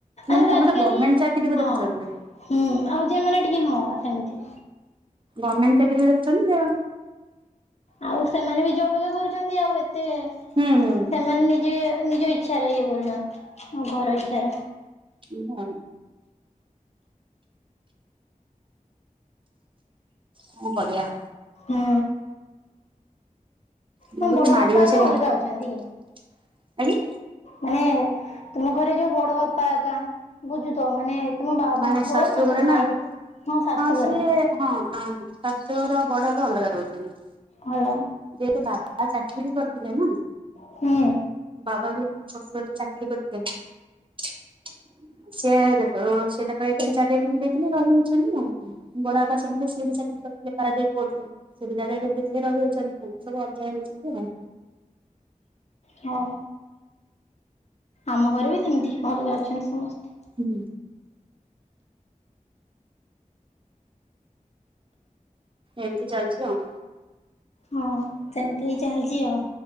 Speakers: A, on the right; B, on the left.
A: ମାନେ
B: ଆ
A: ସମସ୍ତେ
B: ଆଜିକାଲି
A: ଗଭର୍ଣ୍ଣମେଣ୍ଟ ଚାକିରିକୁ
B: ହଁ
A: ଦେଖୁଛନ୍ତି।
B: ହୁଁ ଆଉ ଝିଅ ମାନେ ଟିକେ ହଁ ସେମିତି
A: ଗଭର୍ଣ୍ମେଣ୍ଟ ଚାକିରୀ ବି ଦେଖୁଛନ୍ତି ସେ ଆଉ
B: ଆଉ ସେମାନେ ବି ଯୋଉପ କରୁଛନ୍ତି ଆଉ ଏତେ
A: ହୁଁ।
B: ସେମାନେ ନିଜେ ନିଜ ଇଚ୍ଛାରେ ଇଏ କରୁଚନ୍ତି ମୋ ଘର ଇଚ୍ଛାରେ।
A: କୁହ? କଣ କରିବା?
B: ହୁଁ।
A: ମୁଁ
B: ହଁ
A: ତତେ
B: ବଡ
A: ମାଡିବସେ
B: ବାପା ଏକା
A: କ
B: ଅଲଗା
A: ଆଜ୍ଞା?
B: ଅଛନ୍ତି କି? ମାନେ ତମ ଘରେ ଯୋଉ ବଡ ବାପା ଏକା ବୁଝୁଥବ ମାନେ ତୁମ ବାବାଙ୍କର
A: ମାନେ ଶାଶୁ
B: ତାଙ୍କ
A: ଘରେ
B: ଭାଇ।
A: ନା
B: ଶାଶୁ
A: ହଁ ସିଏ
B: ଘରେ
A: ହଁ ହଁ ଶାଶୂ ଘର ବଡ ବାପା ଅଲଗା ରହୁଚନ୍ତି।
B: ହଲୋ।
A: ଯେହେତୁ ବାବା ଚାକିରିୀ କରିଥିଲେ ନା।
B: ହୁଁ।
A: ବାବା ବି ନା ଶଶୁର ଯେତେବେଳେ ଚାକରି କରିଥିଲେ ସେ ଦେଖ ଏକରେ ଜାଗା କିଣି ଦେଇଥିଲେ, ରହିଯାଇଚନ୍ତି ଆ ବଡବାପା ସେମିତି ସେ ବି ଚାକିରି କରିଥିଲେ ପାରାଦୀପ ପୋର୍ଟ ରେ। ସେଠି ଜାଗା ଦେଖିକି ରହିଯାଇଚନ୍ତି ଏବେ ସବୁ ଅଲଗା ହେଇଚନ୍ତି ଆଉ।
B: ହଁ ଆମ ଘରେ ବି ସେମିତି ଅଲଗା ଅ ଛନ୍ତି ସମସ୍ତେ।
A: ହୁଁ। ଏମିତି ଚାଲିଚି ଆଉ।
B: ହଁ ସେମିତି ହେଇ ଚାଲିଚି ଆଉ।